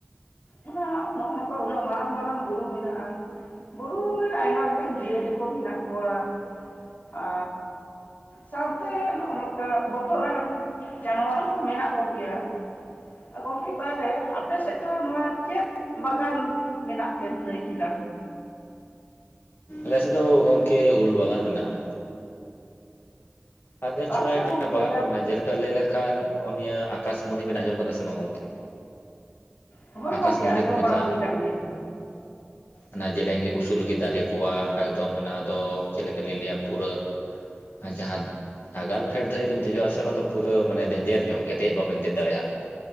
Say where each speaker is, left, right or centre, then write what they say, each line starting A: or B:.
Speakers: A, on the left; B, on the left.
A: ᱚᱱᱟ ᱱᱚᱜᱼᱚ ᱱᱚᱝᱠᱟ ᱩᱱᱟᱹᱜ ᱢᱟᱨᱟᱝ ᱢᱟᱨᱟᱝ ᱵᱩᱨᱩ ᱢᱮᱱᱟᱜᱼᱟ᱾ ᱵᱩᱨᱩ ᱨᱮ ᱟᱭᱢᱟ ᱞᱮᱠᱟᱱ ᱡᱤᱭᱟᱹᱞᱤ ᱠᱚ ᱢᱮᱱᱟᱜ ᱠᱚᱣᱟ, ᱟ ᱥᱟᱶᱛᱮ ᱱᱚᱜ ᱱᱚᱝᱠᱟ ᱵᱚᱛᱚᱨᱟᱱ ᱡᱟᱱᱣᱟᱨ ᱠᱚ ᱢᱮᱱᱟᱜ ᱠᱚ ᱜᱮᱭᱟ᱾ ᱜᱚᱝᱠᱮ ᱛᱟᱦᱚᱞᱮ ᱟᱯᱮ ᱥᱮᱜ ᱫᱚ ᱱᱚᱣᱟ ᱪᱮᱫ ᱵᱟᱜᱟᱱ ᱢᱮᱱᱟᱜ ᱛᱮᱢ ᱞᱟᱹᱭ ᱠᱮᱫᱟ?
B: ᱞᱮᱥᱮᱜ ᱫᱚ ᱜᱚᱝᱠᱮ ᱩᱞ ᱵᱟᱜᱟᱱ ᱢᱮᱱᱟᱜᱼᱟ᱾ ᱟᱫᱚ
A: ᱟᱪᱪᱷᱟ
B: ᱪᱷᱟᱞᱟ ᱮᱴᱟᱜ
A: ᱜᱚᱢᱠᱮ
B: ᱵᱟᱜᱟᱱ
A: ᱛᱟ
B: ᱠᱚ ᱢᱮᱱᱟᱜᱼᱟ ᱡᱮᱞᱮᱠᱟ ᱞᱟᱹᱭ ᱞᱮᱠᱷᱟᱱ ᱱᱚᱜᱼᱚᱱᱤᱭᱟᱹ ᱟᱠᱟᱥᱢᱚᱱᱤ ᱵᱮᱱ ᱟᱸᱡᱚᱢ ᱠᱟᱫᱟ ᱥᱮ ᱵᱟᱝ ᱜᱚᱝᱠᱮ?
A: ᱦᱳᱭ
B: ᱟᱠᱟᱥᱢᱚᱱᱤ
A: ᱜᱚᱢᱠᱮ ᱟᱸᱡᱚᱢ
B: ᱠᱚ ᱢᱮᱛᱟᱜᱼᱟ᱾
A: ᱵᱟᱲᱟ ᱦᱩᱭ ᱠᱟᱱ ᱜᱮᱭᱟ
B: ᱚᱱᱟ ᱡᱮᱞᱮᱧ ᱩᱥᱩᱞ ᱜᱮ ᱫᱟᱨᱮ ᱠᱚᱣᱟ ᱮᱠᱫᱚᱢ ᱚᱱᱟᱫᱚ ᱪᱮᱜ ᱞᱮᱠᱟᱞᱤᱧ ᱞᱟᱹᱭᱟ ᱯᱩᱨᱟᱹ ᱟ ᱡᱟᱦᱟᱱ ᱟᱜᱟᱞ ᱯᱷᱮᱰ ᱫᱷᱟᱹᱨᱤ ᱡᱩᱫᱤᱢ ᱫᱮᱡᱚᱜᱼᱟ ᱥᱮ ᱚᱱᱟ ᱫᱚ ᱯᱩᱨᱟᱹ ᱢᱟᱱᱮ ᱞᱮᱧᱡᱮᱨᱧᱚᱜ ᱜᱮᱭᱟ ᱫᱮᱜ ᱵᱟᱵᱮᱱ ᱫᱮᱜ ᱫᱟᱲᱮᱭᱟᱜᱼᱟ᱾